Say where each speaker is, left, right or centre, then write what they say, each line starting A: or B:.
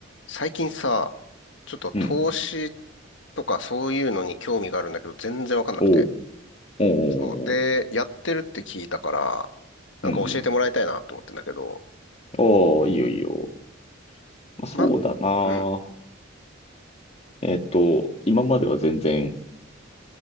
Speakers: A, on the left; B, on the left.
A: 最近さ、ちょっと投資
B: うん。
A: とかそういうのに興味があるんだけど、全然わかんなくて。
B: おうおうおうおう
A: そう。で、やってるって聞いたから、なんか教えてもらいたいなと思ってんだけど、
B: うんうん。おお、いいよいいよ。まあ、そうだな。
A: ま、うん。
B: えっと、今までは全然、